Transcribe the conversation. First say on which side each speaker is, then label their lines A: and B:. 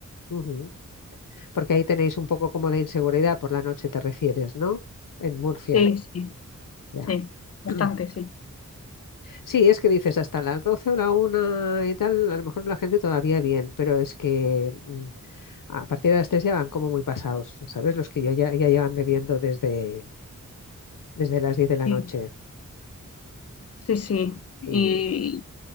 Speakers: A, on the left (about 85°); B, on the left (about 50°).
A: Ujú. Porque ahí tenéis un poco como de inseguridad por la noche, te refieres, ¿no? En Murcia.
B: Sí, sí,
A: Ya.
B: sí, bastante,
A: <clears throat>
B: sí.
A: Sí, es que dices hasta las 12 o la una y tal, a lo mejor la gente todavía bien, pero es que mm, a partir de las 3 ya van como muy pasados, ¿sabes? Los que yo ya, ya llevan bebiendo desde, desde las 10 de la
B: Sí,
A: noche.
B: sí, sí.
A: Y,
B: Y